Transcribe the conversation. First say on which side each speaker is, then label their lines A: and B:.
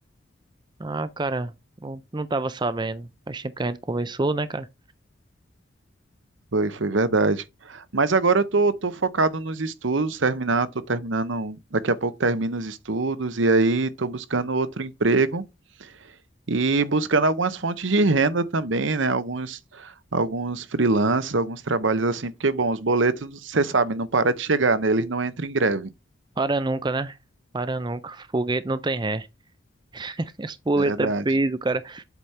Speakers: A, on the right; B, on the right.
A: Ah, cara, não, não tava sabendo. Faz tempo que a gente conversou, né, cara?
B: Foi, foi verdade. Mas agora eu tô, tô focado nos estudos, terminar, tô terminando, daqui a pouco termino os estudos e aí tô buscando outro emprego e buscando algumas fontes de renda também, né? Alguns, alguns freelancers, alguns trabalhos assim, porque, bom, os boletos, você sabe, não para de chegar, né? Eles não entram em greve,
A: Para nunca, né? Para nunca. Foguete não tem ré. <laughs> Esse boleto
B: verdade.
A: é peso, cara.